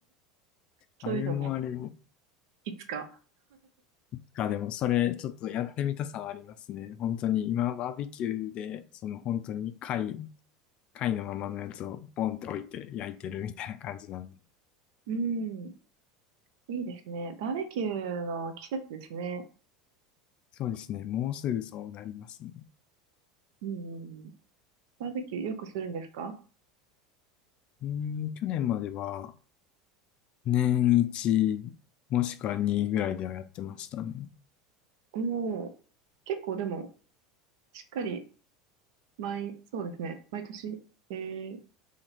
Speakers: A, on the right (about 60°); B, on the left (about 40°).
A: そういうのも、
B: あれもあれ
A: いつか。
B: か、でもそれちょっとやってみたさはありますね。本当に今バーベキューで、その本当に貝、貝のままのやつをポンって置いて焼いてるみたいな感じなんで。
A: うん、いいですね。バーベキューの季節ですね。
B: そうですね。もうすぐそうなりますね。
A: うんうんうん。バーベキューよくするんですか
B: うーん、去年までは年1もしくは2ぐらいではやってましたね。
A: もう、結構でも、しっかり、毎、そうですね。毎年、えー、